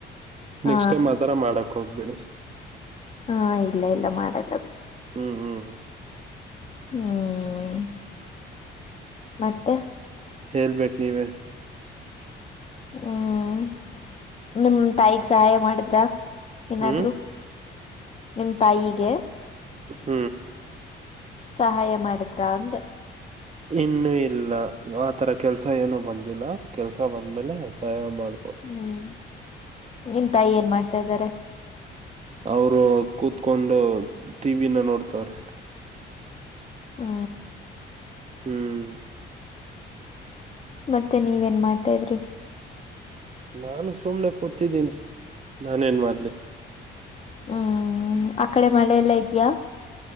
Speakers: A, on the left (about 30°); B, on the right (about 35°).
A: ಹ
B: ನೆಕ್ಸ್ಟ್ ಟೈಮ್ ಆತ್ರರ ಮಾಡಕ್ ಹೋಗ್ಬೇನಿ
A: ಹಾ ಇಲ್ಲ ಇಲ್ಲ ಮಾಡಲ್ಲ
B: ಹ್ಮ್ ಹ್ಮ್
A: ಹ್ಮ್ ಮತ್ತೆ
B: ಹಲ್ ಬೆಕ್ನೆವೆ
A: ಹ್ಮ್ ನಿಮ ತಾಯಿಗ್ ಸಹಾಯ ಮಾಡಿದ್ರ ಏನಾದ್ರು
B: ಹ್ಮ್
A: ನಿಮ ತಾಯಿಗೆ
B: ಹ್ಮ್
A: ಸಹಾಯ ಮಾಡಿದ್ರ ಅಂದೆ
B: ಇನ್ನುೂ ಇಲ್ಲ ಆತರ ಕೆಲ್ಸ ಏನು ಬಂದಿಲ್ಲ ಕೆಲ್ಸ ಬಂದ್ಮೇಲೆ ಸಹಾಯ ಮಾಡ
A: ಹ್ಮ್ ನಿಮ ತಾಯಿ ಏನ್ ಮಾಡ್ತಾ ಇದ್ದಾರೆ
B: ಅವರು ಕೂತ್ಕೊಂಡು ಟಿ ವಿನ ನೋಡ್ತವಾರೆ
A: ಹ್ಮ
B: ಹ್ಮ್
A: ಮತ್ತೆ ನೀವೇನ್ ಮಾಡ್ತಾ ಇದ್ರಿ
B: ನಾನು ಸುಮ್ನೆ ಕೂತಿದ್ದೀನಿ ನಾನೇನ್ ಮಾಡ್ಲಿ
A: ಹ್ಮ್ ಆ ಕಡೆ ಮಳೆಲ್ಲಾ ಇದ್ಯಾಾ